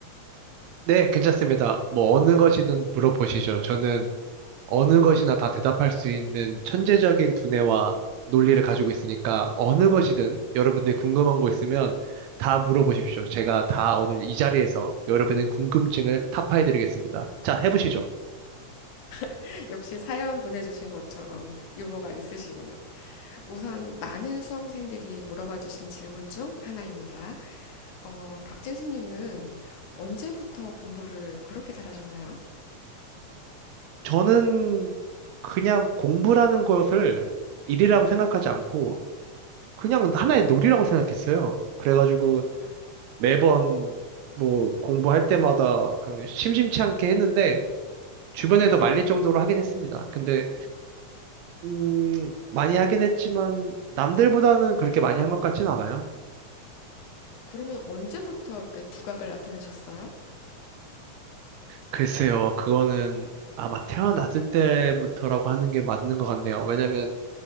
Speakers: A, on the right (about 80°); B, on the left (about 80°).
A: 네, 괜찮습니다. 뭐, 어느 것이든 물어보시죠. 저는 어느 것이나 다 대답할 수 있는 천재적인 두뇌와 논리를 가지고 있으니까 어느 것이든 여러분들이 궁금한 거 있으면 다 물어보십시오. 제가 다 오늘 이 자리에서 여러분의 궁금증을 타파해드리겠습니다. 자, 해보시죠.
B: <laughs> 역시 사연 보내주신 것처럼 유머가 있으시군요. 우선 많은 수험생들이 물어봐 주신 질문 중 하나입니다. 어, 박진수님은 언제부터 공부를 그렇게 잘하셨나요?
A: 저는 그냥 공부라는 것을 일이라고 생각하지 않고 그냥 하나의 놀이라고 생각했어요. 그래가지고 매번 뭐 공부할 때마다 그냥 심심치 않게 했는데 주변에서 말릴 정도로 하긴 했습니다. 근데 음, 많이 하긴 했지만 남들보다는 그렇게 많이 한 것 같진 않아요.
B: 그러면 언제부터 이렇게 두각을 나타내셨어요?
A: 글쎄요, 그거는 아마 태어났을 때부터라고 하는 게 맞는 것 같네요. 왜냐면